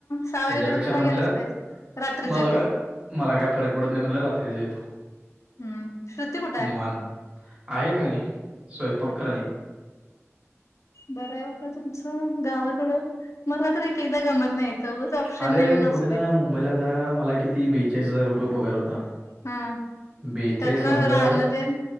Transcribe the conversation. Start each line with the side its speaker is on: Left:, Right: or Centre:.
Left: सहा
Right: त्याच्यापेक्षा
Left: वाजेपर्यंत तुला
Right: म्हणलं
Left: गेलंच पाहिजे रात्रीच
Right: मला
Left: येतो
Right: का मला काय फरक पडत नाही म्हटलं रात्रीच येतो.
Left: हम्म श्रुती कुठे आहे
Right: निवांत आहे खाली. स्वयंपाक
Left: आलेत
Right: करायली
Left: बर आहे बाबा तुमचं गावाकडं मला तर एक एकएकदा गमत नाही इथं उगच ऑप्शन
Right: अरे
Left: नाही म्हणून
Right: बघ
Left: असू
Right: ना
Left: दे.
Right: मुंबईला मला किती बेचाळीस हजार रुपये पगार होता.
Left: हा
Right: बेचाळीस
Left: त्यातलं
Right: मधलं
Left: राहण तेन